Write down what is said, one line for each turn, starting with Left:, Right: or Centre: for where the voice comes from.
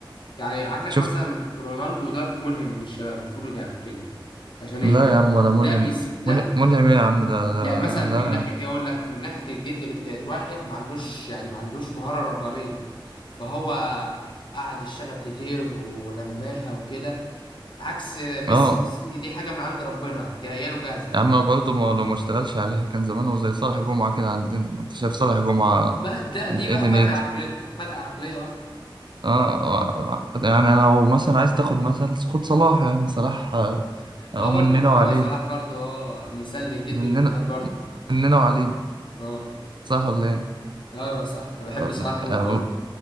Left: يعني عندك
Right: شفت
Left: مثلا رونالدو ده ملهم للشباب المفروض يعني كده عشان
Right: لا
Left: ايه
Right: يا عم ولا ملهم
Left: ده ميس لا
Right: مل- ملهم ايه يا عم ده, ده
Left: يعني مثلا من
Right: لا
Left: ناحيه
Right: يا عم
Left: إيه اقول لك من ناحيه الجد اللي بتاعت واحد ما عندوش يعني ما عندوش مهاره ربانيه فهو قعد يشتغل كتير ولماها وكده عكس ميسي
Right: اه
Left: ميسي دي حاجه من عند ربنا جايه له جاهزه
Right: يا عم برضه ما لو ما اشتغلش عليها كان زمانه زي صالح جمعة كده عندنا انت شايف صالح جمعة
Left: بس ده دي بقى
Right: ايه دنيته
Left: فرق عقليه فرق عقليه بقى
Right: اه آه، يعني لو مثلا عايز تاخد مثل خد صلاح يعني صلاح آه، هو
Left: اه برضو
Right: مننا
Left: محمد
Right: وعلينا
Left: صلاح برضو اه مثال للجد
Right: مننا
Left: والاجتهاد برضو
Right: مننا وعلينا
Left: اه
Right: صح ولا ايه؟
Left: ايوه صح انا بحب
Right: آه،
Left: صلاح موت
Right: آه،
Left: برضو